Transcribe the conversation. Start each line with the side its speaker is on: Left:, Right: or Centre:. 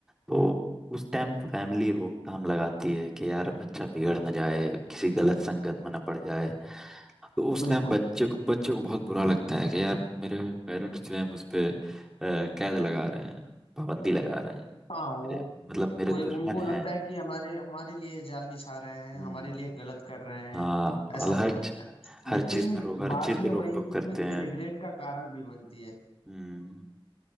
Centre: तो उस टाइम फैमिली रोकथाम लगाती है कि यार बच्चा बिगड़ ना जाए किसी गलत संगत में ना पड़ जाए तो उस
Left: बिल्कुल
Centre: टाइम बच्चे को बच्चे को बहुत बुरा लगता है कि यार मेरे पेरेंट्स जो है मुझ पे अ, कैद लगा रहे हैं पाबंदी लगा रहे हैं मेरे-
Left: हाँ वो
Centre: मतलब मेरे
Left: वो
Centre: दुश्मन
Left: एक उनको
Centre: हैं
Left: लगता है कि हमारे हमारे लिए जाल बिछा रहे हैं
Centre: हम्म
Left: हमारे लिए गलत कर रहे हैं
Centre: हाँ
Left: ऐसा
Centre: और
Left: उनको
Centre: हर
Left: लगता है
Centre: हर
Left: लेकिन
Centre: चीज पे रोक हर
Left: बाद
Centre: चीज पे
Left: में वही
Centre: रोक टोक
Left: चीज
Centre: करते हैं
Left: रिग्रेट का कारण भी बनती है
Centre: हम्म